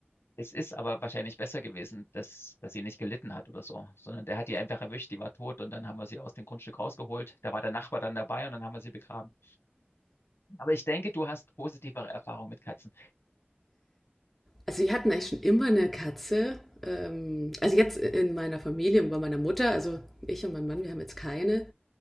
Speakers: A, on the left; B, in the centre.
A: Es ist aber wahrscheinlich besser gewesen, dass, dass sie nicht gelitten hat oder so, sondern der hat die einfach erwischt, die war tot und dann haben wir sie aus dem Grundstück rausgeholt. Da war der Nachbar dann dabei und dann haben wir sie begraben. Aber ich denke, du hast positivere Erfahrungen mit Katzen.
B: Also wir hatten eigentlich schon immer eine Katze. Ähm, also jetzt in meiner Familie und bei meiner Mutter, also ich und mein Mann, wir haben jetzt keine,